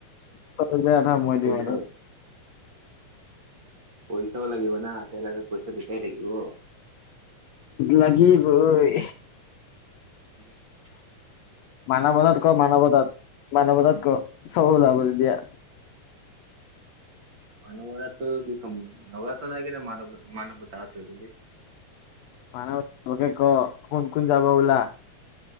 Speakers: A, on the left (about 80°); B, on the right (about 50°).
A: ত দ মদি
B: পইচা
A: মান
B: পইচাও লাগিব না তেলাকে পইচা দুটাই লাগিব
A: লাগিবই
B: হয়
A: মানৱতাত ক মানৱতাত মানৱতাত ক চহলাব যে দিয়া
B: নৱজাতৰ কি ক নৱজাত্ৰ নাই কিনে মানৱ মানৱতা আছে বুলি
A: মান বে ক কোন কোন যাব ওল